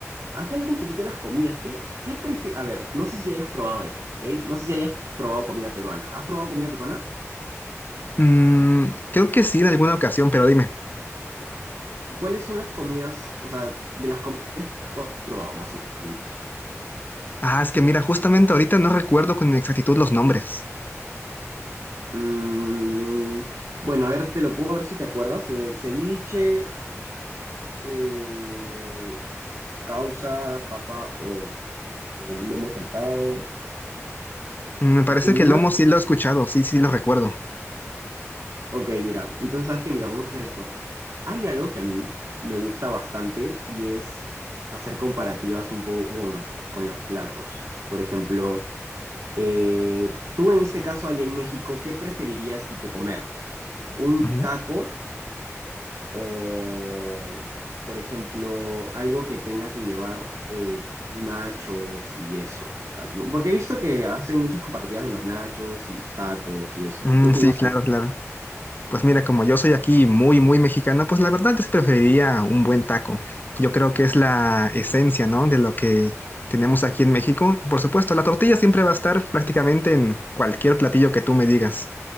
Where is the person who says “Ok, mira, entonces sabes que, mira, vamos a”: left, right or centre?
Right